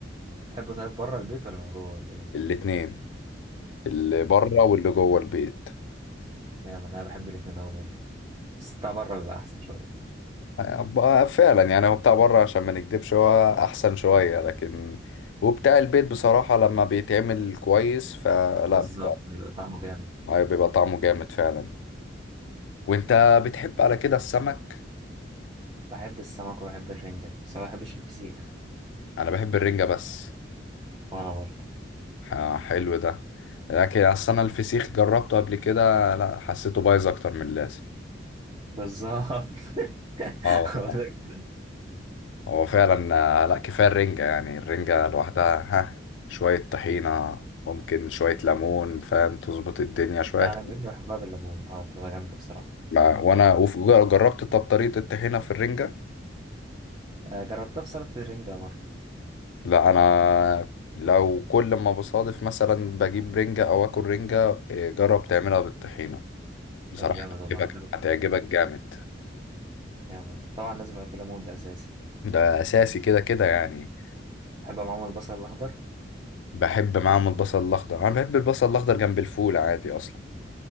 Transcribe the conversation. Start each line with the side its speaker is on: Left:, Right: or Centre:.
Right: بتحبه طيب بره البيت ولا من جوه ولا ايه
Left: الاتنين اللي بره
Right: اه
Left: واللي جوه البيت
Right: جامد انا بحب الاتنين اوي برضه بس بتاع بره بيبقى احسن شويه
Left: ب- فعلا يعني هو بتاع بره عشان ما نكدبش هو احسن شوية لكن وبتاع البيت بصراحة لما بيتعمل كويس فلا
Right: بالظبط
Left: بيبقى
Right: بيبقى طعمه جامد
Left: أيوة، بيبقى طعمه جامد فعلا وانت بتحب على كده السمك
Right: بحب السمك وبحب الرنجه بس ما بحبش الفسيخ
Left: انا بحب الرنجة بس
Right: وانا برضه
Left: ح- حلو ده لكن اصل انا الفسيخ جربته قبل كده لا حسيته بايظ اكتر من اللازم
Right: بالظبط <laughs>
Left: اه
Right: هو
Left: والله
Right: ده الكلام
Left: هو فعلا آه، لا كفاية الرنجة يعني الرنجة لوحدها ها شوية طحينة ممكن شوية ليمون فاهم تظبط الدنيا شوية
Right: لا انا الرنجه بحبها بالليمون اه بتبقى جامده بصراحه
Left: ما وانا وجربت طب طريقة الطحينة في الرنجة
Right: آه جربتها في سلطه الرنجه مره
Left: لا انا لو كل ما بصادف مثلا بجيب رنجة او اكل رنجة إيه، جرب تعملها بالطحينة بصراحة
Right: طب جامد والله
Left: هتعجبك
Right: جربت
Left: هتعجبك جامد
Right: جامد طبعا لازم يبقى في ليمون ده اساسي
Left: ده اساسي كده كده يعني
Right: بحب معاهم البصل الاخضر
Left: بحب معاهم البصل الاخضر انا بحب البصل الاخضر جنب الفول عادي اصلا